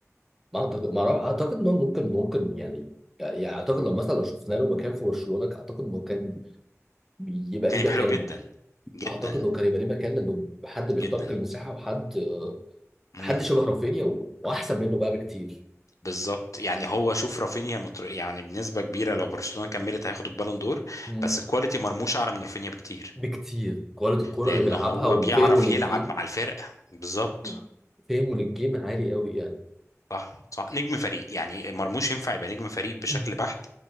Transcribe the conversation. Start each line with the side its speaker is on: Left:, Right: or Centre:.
Centre: ما اعتقد ما أعرف- اعتقد انه ممكن ممكن يعني يعني اعتقد لو مثلا لو شفنا له مكان في برشلونة اعتقد انه كان يبقى
Left: كان
Centre: ليه
Left: يبقى
Centre: مكان
Left: حلو جدا جدا
Centre: اعتقد انه كان يبقى ليه مكان لانه حد بيخترق
Left: جدا
Centre: المساحة وحد
Left: امم
Centre: حد شبه رافينيا و- واحسن منه بقى بكتير
Left: بالظبط يعني هو شوف رافينيا متر... يعني بنسبه كبيره لو برشلونه كملت هياخد البالون دور
Centre: مم.
Left: بس الكواليتي مرموش اعلى من رافينيا بكتير
Centre: بكتير كواليتي الكورة
Left: لان
Centre: اللي بيلعبها
Left: هو
Centre: وفهمه
Left: بيعرف
Centre: للجيم
Left: يلعب مع الفرقه بالظبط
Centre: مم. فهمه للجيم عالي قوي يعني
Left: صح صح نجم فريق يعني مرموش ينفع يبقى نجم فريق بشكل
Centre: مم.
Left: بحت